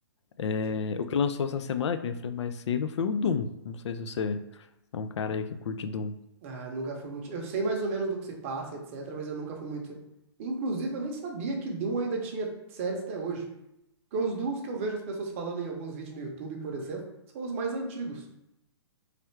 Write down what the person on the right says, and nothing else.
Sim.
ah, nunca fui muito. Eu sei mais ou menos do que se passa, etc, mas eu nunca fui muito. Inclusive, eu nem sabia que Doom ainda tinha séries até hoje. Porque os Dooms que eu vejo as pessoas falando em alguns vídeos no YouTube, por exemplo, são os mais antigos.